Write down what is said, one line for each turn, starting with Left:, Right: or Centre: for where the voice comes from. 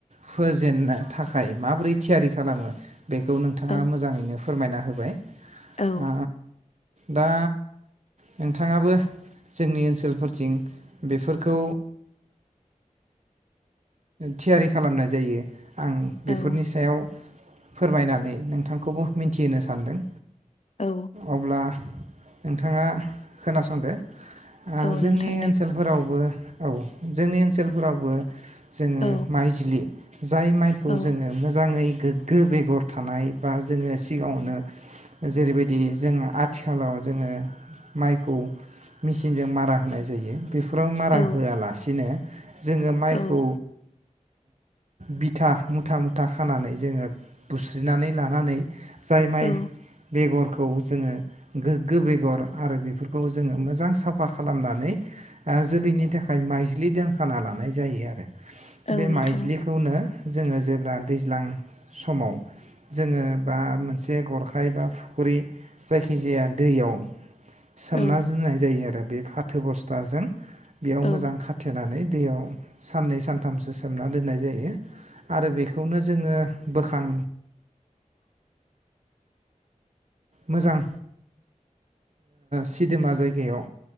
Right: फजेननो थाखाय माबोरै थियारि खालामो? बेखौ नोंथाङा
Left: औ
Right: मोजाङैनो फोरमायना होबाय।
Left: औ
Right: ओ दा नोंथाङाबो जोंनि ओनसोल फोरथिं बेफोरखौ थियारि खालामनाय जायो। आं बेफोरनि
Left: औ
Right: सायाव फोरमायनानै नोंथांखौबो मिथिहोनो सानदों।
Left: औ
Right: अब्ला नोंथाङा खोनासंदो। आ
Left: औ
Right: जोंनि
Left: नोंथां दे
Right: ओनसोलफोरावबो औ जोंनि ओनसोलफोरावबो जोङो
Left: औ
Right: माइज्लि जाय माइखौ
Left: औ
Right: जोङो मोजाङै गोग्गो बेगर थानाय बा जोङो सिगाङावनो जेरैबायदि जों आथिखालाव जोङो माइखौ मिसिनजों मारा होनाय जायो। बेफोराव मारा
Left: औ
Right: होआलासिनो जोङो माइखौ
Left: औ
Right: बिथा मुथा मुथा खानानै जोङो बुस्रिनानै लानानै जाय माइ
Left: औ
Right: बेगर खौ जोङो गोग्गो बेगर आरो बेफोरखौ जोङो मोजां साफा खालामनानै जोलैनि थाखाय माइज्लि दोनखाना लानाय जायो आरो
Left: औ
Right: बे
Left: नोंथां
Right: माइज्लिखौनो जोङो जे ला दैज्लां समाव जोङो बा मोनसे गरखाय बा फुख्रि जायखिजाया दैयाव सोमना
Left: औ
Right: जोननाय जायो आरो बे फाथो बस्थाजों बेयाव
Left: औ
Right: मोजां खाथेनानै दैयाव सान सनै स सानथामसो सोमना दोननाय जायो आरो बेखौनो जोङो बोखां मोजां सिदोमा जायगायाव